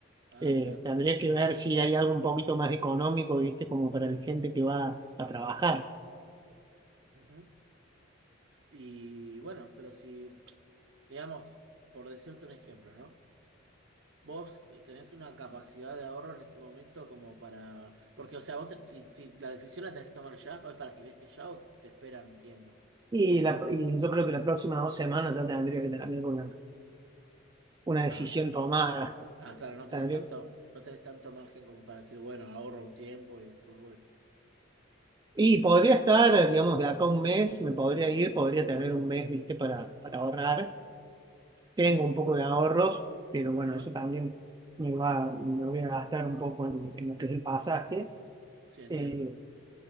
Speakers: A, on the right; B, on the right.
A: ah,
B: Eh,
A: mirá.
B: tendría que ver si hay algo un poquito más económico, ¿viste? Como para la gente que va a trabajar.
A: ujú. Y bueno, pero si, digamos, por decirte un ejemplo, ¿no? Vos tenés una capacidad de ahorro en este momento como para... Porque, o sea, vos ten- si, si la decisión la tenés que tomar ya, o es para que viajes ya o te esperan un tiempo.
B: Y, la, y yo creo que las próximas dos semanas ya tendría que tener una, una decisión
A: Ah,
B: tomada.
A: ah, claro, no tenés
B: Tendría
A: tanto, no tenés tanto margen como para decir, bueno, ahorro un tiempo y después voy.
B: Y podría estar, digamos, de acá a un mes, me podría ir, podría tener un mes, viste, para, para ahorrar. Tengo un poco de ahorros, pero bueno,
A: Ajá,
B: eso también me va, me voy a gastar un poco en, en lo que es el pasaje.
A: sí, entiendo.
B: Eh,